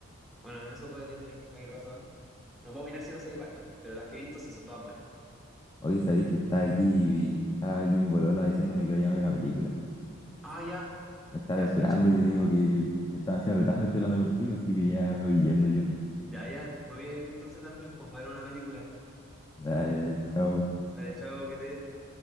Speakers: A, in the centre; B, on the left.
A: Bueno, en eso puede que tengáis razón. No puedo opinar si no sé igual, pero las que he visto sí son todas buenas.
B: Hoy sabéis que está aquí, está aquí mi polola diciéndome que vaya a ver una película.
A: Ah, ya,
B: Me está
A: ya
B: resurando
A: aproveche.
B: y yo digo que me estaba haciendo retando, estoy hablando contigo, así que ya voy yendo yo.
A: Ya, ya, me voy a ir entonces también, pues, a ver una película.
B: Dale, dale, chao.
A: Dale, chao, que te...